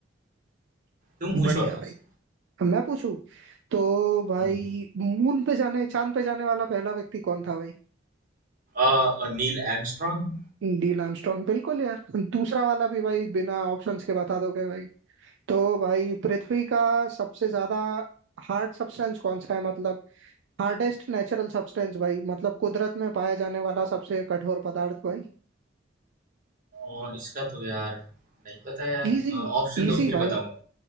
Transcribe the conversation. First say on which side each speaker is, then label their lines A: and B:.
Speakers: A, on the right; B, on the right.
A: तुम पूछो
B: बढ़िया
A: अब मुझसे
B: भाई अब मैं पूछूं तो भाई
A: हम्म।
B: मून पे जाने चांद पे जाने वाला पहला व्यक्ति कौन था भाई
A: अ, अ, नील आर्मस्ट्रॉन्ग
B: नील आर्मस्ट्रॉन्ग बिल्कुल यार दूसरा वाला भी भाई बिना ऑप्शंस के बता दोगे भाई तो भाई पृथ्वी का सबसे ज्यादा हार्ड सब्सटेंस कौन सा है मतलब हार्डेस्ट नेचुरल सब्सटेंस भाई मतलब कुदरत में पाया जाने वाला सबसे कठोर पदार्थ भाई
A: और इसका तो यार नहीं पता यार
B: इजी
A: ऑप्शन
B: इजी
A: दो फिर
B: भाई
A: बताऊंगा